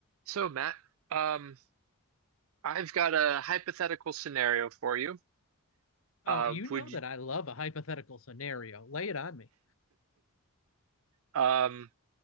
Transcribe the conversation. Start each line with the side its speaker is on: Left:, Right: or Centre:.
Right: So, Matt, um, I've got a hypothetical scenario for you. Uh,
Left: Oh, you know
Right: would you,
Left: that I love a hypothetical scenario. Lay it on me.
Right: um,